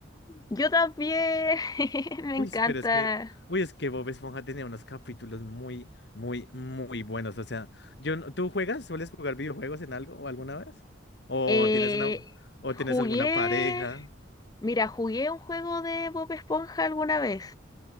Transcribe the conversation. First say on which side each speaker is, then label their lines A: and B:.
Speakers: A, on the left; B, on the left.
A: Yo también, <laughs> me
B: Uy,
A: encanta.
B: pero es que, uy, es que Bob Esponja tenía unos capítulos muy, muy, muy buenos. O sea, yo, no- ¿tú juegas? ¿Sueles jugar videojuegos en algo o alguna vez? ¿O
A: Eh,
B: tienes una, o tienes
A: jugué,
B: alguna pareja?
A: mira, jugué un juego de Bob Esponja alguna vez,